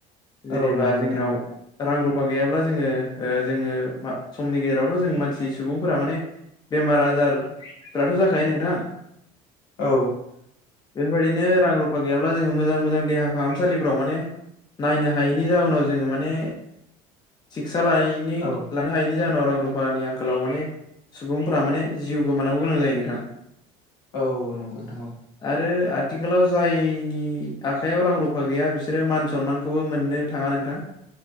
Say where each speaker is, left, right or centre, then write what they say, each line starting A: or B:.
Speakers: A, on the left; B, on the left.
A: जेनेबा
B: औ नंगौ नोंथां
A: जोंनाव रां रु गैयाब्ला जोङो जोङो समनि गेजेरावथ' जों मानसि सुबुंफोरा माने बेमार आ जाय फोराथ' जाखायो नोंथां
B: औ
A: बेफोरबायदिनो रां रुफा गैयाब्ला जोङो मोजां मोजां देहा फाहामसालिफ्राव माने नायनो हायैनि जाहोनाव जोङो माने सिखितसा लानायैनि
B: औ
A: लानो हायैनि जाहोनाव रां रुफानि आंखालाव माने सुबुंफोरा माने जिउ गोमानांगौ गोनां जायो नोंथां
B: औ औ नंगौ नोंथां औ
A: आरो आथिखालाव जायनि आखाइयाव रां रुफा गैया बिसोरो मान सनमानखौबो मोननो थाङा नोंथां